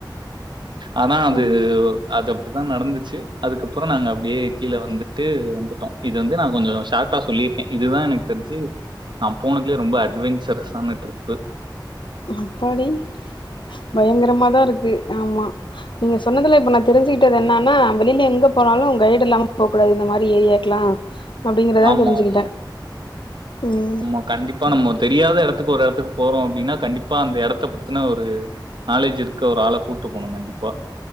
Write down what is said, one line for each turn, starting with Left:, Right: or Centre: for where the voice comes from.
Right: ஆனா அது
Left: ம்
Right: அது அப்டித்தா நடந்துச்சு அதுக்கப்பறோ நாங்க அப்டியே கீழ வந்துட்டு வந்துட்டோ இது வந்து நா கொஞ்சோ ஷார்ட்டா சொல்லியிருக்கே இதுதா எனக்கு தெரிஞ்சு நா போனதுலே ரொம்ப அட்வென்ச்சரஸான ட்ரிப்பு
Left: அப்பாடி பயங்கரமாதாருக்கு ஆமா நீங்க சொன்னதலா இப்ப நா தெரிஞ்கிட்டது என்னானா வெளில எங்க போனாலு கைடு இல்லாம போக் கூடாது இந்த மாரி ஏரியாக் க்லா அப்டிங்கிறதா
Right: ஆமா,
Left: தெரிஞ்சிகிட்டே
Right: ஆமா.
Left: உம்
Right: ஆமா. கண்டிப்பா நம்ம தெரியாத எடத்துக்கு ஒரு எடத்துக்கு போறோ அப்டினா கண்டிப்பா அந்த எடத்த பத்தன ஒரு நாலேஜ் இருக்க ஒரு ஆள கூட்டு போனு கண்டிப்பா